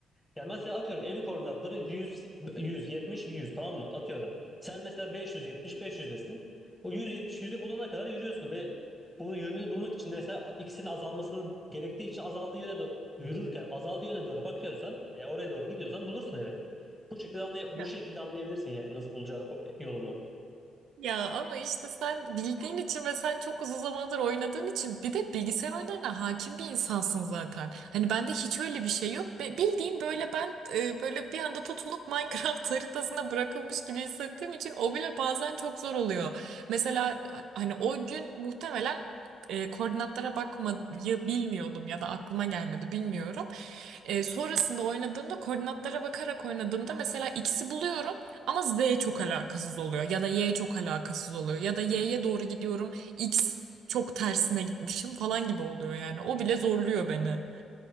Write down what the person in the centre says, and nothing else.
Yani mesela atıyorum evin koordinatları 100, 170, 100 tamam mı? Atıyorum. Sen mesela 570, 500'desin. O 170, 100'ü bulana kadar yürüyorsun ve bunun yönünü bulmak için de mesela ikisinin azalmasının gerektiği için azaldığı yöne do- yürürken azaldığı yöne doğru bakıyorsan veya oraya doğru gidiyorsan bulursun evi. Bu şekilde anlay-
bu şekilde anlayabilirsin yani nasıl bulacağın ko- yolunu.